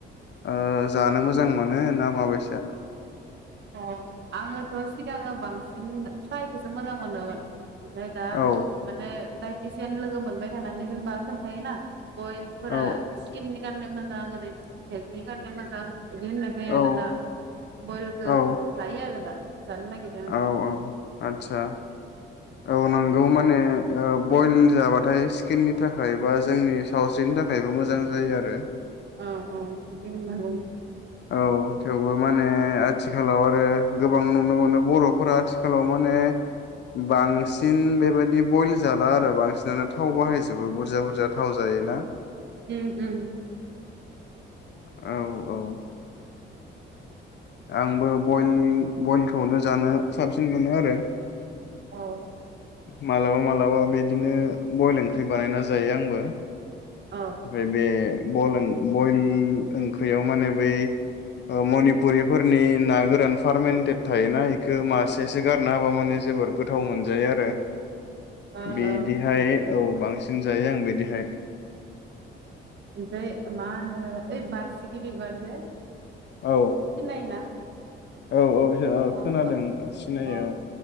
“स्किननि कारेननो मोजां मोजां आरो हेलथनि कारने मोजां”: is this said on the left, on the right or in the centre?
Right